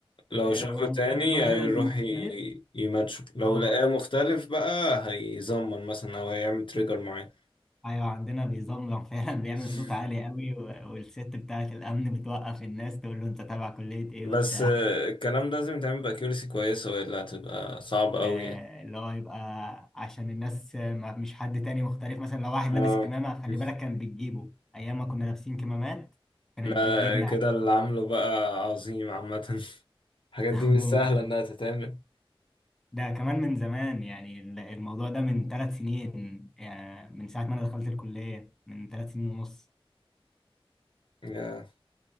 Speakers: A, on the left (about 55°); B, in the centre.
A: لو
B: آه،
A: شافه
B: ولما
A: تاني
B: حد مثلا
A: هيروح
B: مختلف
A: ي- يماتشه لو
B: اه
A: لقاه مختلف بقى هيزمن مثلا او هيعمل تريجر معين
B: ايوه عندنا بيزمجم <laughs> فعلا بيعمل
A: <laughs>
B: صوت عالي قوي و- والست بتاعه الامن بتوقف الناس تقول له انت تابع كليه ايه
A: بس
B: وبتاع
A: الكلام ده لازم يتعمل باكيورسي كويسة والا هتبقى صعب قوي
B: آه،
A: يعني
B: اللي هو يبقى عشان الناس ما- مش حد تاني مختلف مثلا لو واحد
A: اه
B: لابس كمامه خلي
A: <laughs>
B: بالك كان بتجيبه ايام ما كنا لابسين كمامات كانت
A: لا
B: بتجيبنا
A: كده
B: عادي.
A: اللي عامله بقى عظيم عامة <laughs> الحاجات
B: <laughs>
A: دي
B: ممكن
A: مش سهلة إنها
B: آه.
A: تتعمل
B: ده كمان من زمان يعني ال- الموضوع ده من ثلاث سنين يعني من ساعه ما انا دخلت الكليه من ثلاث سنين ونص
A: يا-